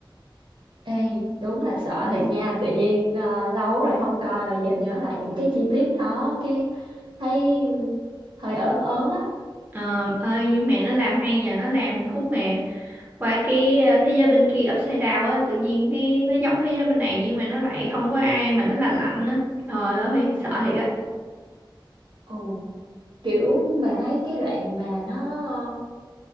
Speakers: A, on the right (about 65°); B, on the right (about 20°).
A: Ê, đúng là sợ thiệt nha tự nhiên ờ, lâu rồi không coi rồi giờ nhớ lại những cái chi tiết đó cái thấy hơi ớn ớn á
B: Ờ, ơi nhưng mà nó làm hay nhờ nó làm khúc mà qua cái ờ, thế giới bên kia upside down á tự nhiên cái nó giống thế giới bên này nhưng mà nó lại không có ai mà nó lạnh lạnh á trời ơi sợ thiệt á
A: ừ, kiểu mà thấy cái đoạn mà nó ờ,